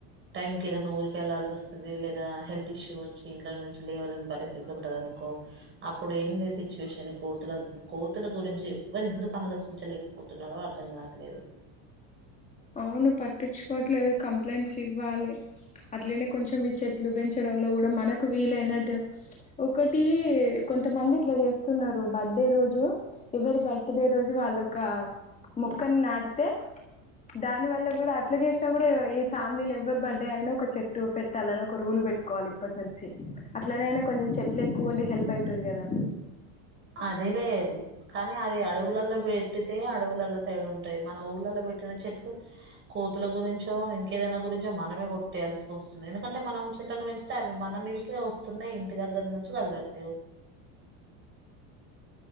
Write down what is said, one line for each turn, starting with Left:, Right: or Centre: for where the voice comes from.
Right: టైమ్ కి ఏదైనా ఊరికి వెళ్లాల్సి వస్తుంది లేదా హెల్త్ ఇష్యూ వచ్చి ఇంట్లో నుంచి లేవలేని పరిస్థితి ఉంటది అనుకో అప్పుడు ఏంది సిచ్యువేషన్ కోతుల కోతుల గురించి ఎవరు ఎందుకు ఆలోచించలేకపోతున్నారో అర్థం కావట్లేదు
Left: అవును పట్టించుకోవట్లేదు కంప్లైంట్స్ ఇవ్వాలి అట్లనే కొంచెం ఈ చెట్లు పెంచడంలో కూడా మనకు వీలైనట్టు ఒకటి కొంతమంది ఇట్లా చేస్తున్నారు బర్త్డే రోజు ఎవరి బర్త్ డే రోజు వాళ్ళొక మొక్కని నాటితే దాని వల్ల కూడా అట్లా చేసినా కూడా ఈ ఫ్యామిలీ ఎవ్వరు బర్డే అయిననా ఒక చెట్టు పెట్టాలని ఒక రూల్ పెట్టుకో కోవాలి ఇప్పటి నుంచి అట్లనైనా కొంచెం చెట్లు ఎక్కువ ఉండి హెల్ప్ అయీతది కదా
Right: అదలే కానీ అది అడవులలో పెట్టితే అడవులలో సైడ్ ఉంటాయి మన ఊళ్ళలో పెట్టిన చెట్లు కోతుల గురించో ఇంకేదైనా గురించో మనమే కొట్టేల్సి వస్తుంది ఎందుకంటే మనం చెట్ల పెంచితే అవి మన మీకే వస్తున్నాయి ఇంటి దగ్గర నుంచి కదలట్లేవు
Left: <inaudible>